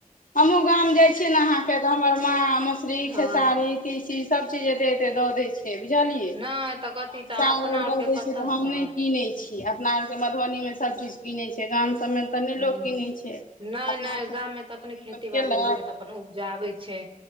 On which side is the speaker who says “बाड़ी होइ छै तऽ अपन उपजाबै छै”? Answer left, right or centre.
Right